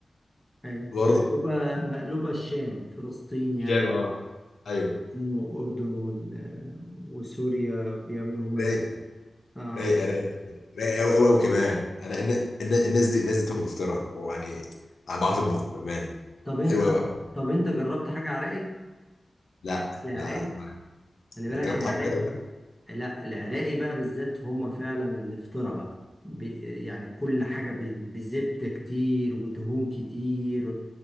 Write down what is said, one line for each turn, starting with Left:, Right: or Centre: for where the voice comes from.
Centre: ايوه
Left: برضك
Centre: مقلوبة المقلوبة الشام فلسطين يعني
Left: شام اه ايوه
Centre: هم والأردن وال- وسوريا بيعملوا هم المقلوب
Left: رايقه
Centre: اه
Left: رايقه رايقه رايقه رايقه قوي قوي قوي كمان انا الن- الن- الناس دي الناس دي بتاكل بفطرها ويعني انا بعرف اطبخ بامانه
Centre: طب انت
Left: حلوه قوي قوي
Centre: طب انت جربت حاجة عراقي؟
Left: لا
Centre: العراقي
Left: لا لا ما
Centre: خلي
Left: لا
Centre: بالك
Left: انت جربت
Centre: العراق
Left: حاجه حلوه ده؟
Centre: لا العراقي بقى بالذات هم فعلا الافطرة بقى بي... يعني كل حاجة ب... بزبدة كتير ودهون كتير